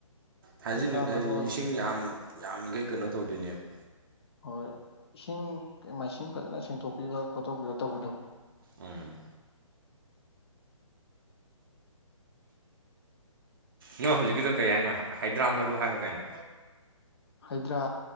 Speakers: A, on the right; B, on the left.
A: ꯍꯥꯏꯖꯤꯅꯤꯛ
B: ꯍꯩꯗ꯭ꯔꯥ
A: ꯍꯥꯏ
B: ꯃꯔꯣꯜ
A: ꯏꯁꯤꯡ ꯌꯥꯝ ꯌꯥꯝꯃꯤꯒꯩ ꯀꯩꯅꯣ ꯇꯧꯗꯣꯏꯅꯦꯕ
B: ꯍꯣꯏ ꯏꯁꯤꯡ ꯃꯥꯏꯁꯤꯡ ꯐꯖꯅ ꯁꯦꯡꯗꯣꯛꯄꯤꯕ ꯈꯣꯠꯇꯣꯛꯄꯤꯕ ꯇꯧꯕꯗꯣ
A: ꯎꯝ ꯅꯪ ꯍꯧꯖꯤꯛꯀꯤꯗꯣ ꯀꯩ ꯍꯥꯏꯅꯣ ꯍꯥꯏꯗ꯭ꯔꯥ ꯃꯔꯨ ꯍꯥꯏꯔꯣ ꯀꯩꯅꯣ
B: ꯍꯩꯗ꯭ꯔꯥ